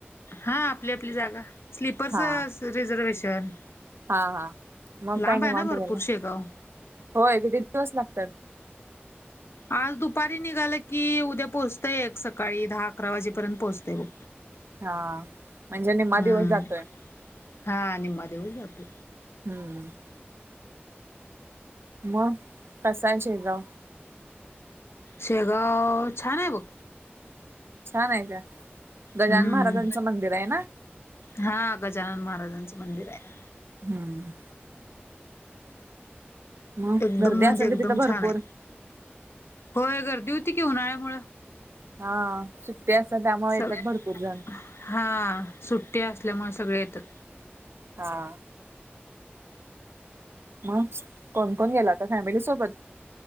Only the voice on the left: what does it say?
हा आपली आपली जागा स्लीपरच
रिझर्वेशन
लांब
आहे
ना भरपूर
शेगाव
आज दुपारी निघालं की उद्या पोहोचतय एक सकाळी दहा अकरा वाजेपर्यंत पोहोचतय बघ
हम्म
हा निम्मा देऊळी जातो
शेगाव छान आहे बघ
हम्म
हा गजानन महाराजांचं मंदिर आहे
एकदम
म्हणजे
एकदम
छान
आहे होय गर्दी होती की उन्हाळ्या मु
सग
हा सुट्टी असल्यामुळे सगळे येतात